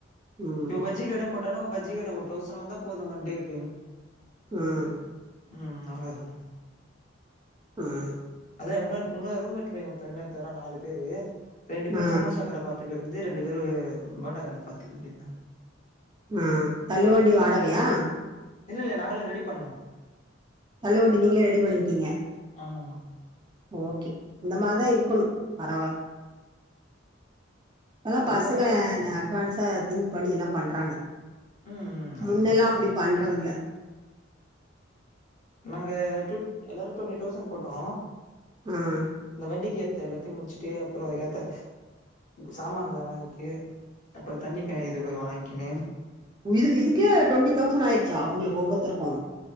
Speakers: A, on the right; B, on the left.
A: ம்
B: இப்ப பஜ்ஜிகட போட் டெனோ பஜ்ஜி கட ஓர் டௌசன் வந்தா போதோ ஒன் டேக்கு
A: ம்
B: ம் ம் அவ்ளதா
A: ம்
B: அதே உன்னோர் உன்னோர் ரூமேட் பைய ஒர்த்த இன்னோர்த்த வரா நாலு பேரு ரெண்டுபேரு
A: ஆ
B: சமோசா கட பாத்துக்க வேண்டிது ரெண்டுபேரு போண்டா கட பாத்துக்க வேண்டிதா
A: ம் தள்ளுவண்டி வாடகயா
B: இல்லல்ல நாங்களே ரெடி பண்ணோ
A: தள்ளு வண்டி நீங்களே ரெடி பண்ணிட்டீங்க
B: ஆமமா
A: ஓகே இந்த மாதிரிதா இருக்கணோ பரவால இப்பலா
B: அதுக்குதா
A: பசங்க
B: ஃபஸ்
A: நா அட்வான்ஸா இன் பண்ணி எல்லா பண்றாங்க
B: ம் ம் ஆமாமா
A: முன்னெல்லா அப்டி பண்றது இல்ல
B: நாங்க டூ எல்லாரு டு்வெண்ட்டி டௌசண்ட் போட்டோ
A: உம்
B: இந்த வண்டிக்கு ஏத்த எல்லாத்தையு முச்சுட்டு அதுக்கப்புறோ அதுக்கேத்த சாமாங்க வாங்கிட்டு அப்புறோ தண்ணி கே இது போய் வாங்க்கின்னு
A: இ இதுக்கே டுவெண்டி தௌசண்ட் ஆயிடுச்சா உங்குளுக்கு ஒவ்வோருத்தருக்கோ